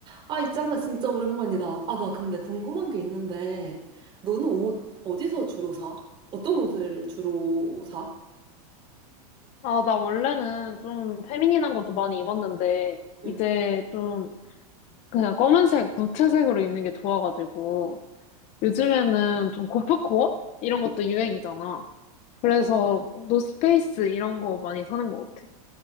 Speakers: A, on the right; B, on the left.
A: 아, 있잖아. 진짜 오랜만이다. 아, 나 근데 궁금한 게 있는데, 너는 옷 어디서 주로 사? 어떤 옷을 주로 사?
B: 아, 나 원래는 좀 페미닌한 것도 많이 입었는데,
A: 응.
B: 이제 좀 그냥 검은색, 무채색으로 입는 게 좋아가지고, 요즘에는 좀 고프코어? 이런 것도 유행이잖아. 그래서
A: 뭐,
B: 뭐 노스페이스 이런 거 많이 사는 것 같아.